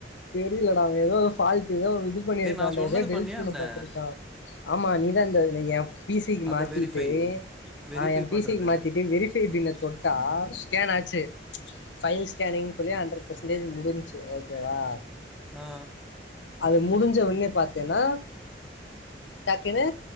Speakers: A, on the left; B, in the centre.
A: தெரியலடா ஏதோ சால்ட் த இது பண்ணியிருக்கா
B: ஏய் நான் சொன்னது
A: அ டெலிட்
B: பண்ணியா
A: பண்ண
B: என்ன
A: பாத்திருக்கா ஆமா நீதா இந்த இ ஏ பீ சிக்கு
B: அந்த
A: மாத்திட்டு
B: வெரிஃபை வெரிஃபை
A: அ ஏ
B: பண்றது
A: பீ சிக்கு மாத்திட்டு வெரிஃபை டின்னர் தொட்டா ஸ்கேன் ஆச்சு ஃபைல் ஸ்கேனிங் சொல்லி ஹண்ட்ரட் பர்சன்டேஜ் முடிஞ்சச்சு ஓகேவா
B: ஆ
A: அது முடிஞ்ச ஒன்னே பாத்தேனா டக்குனு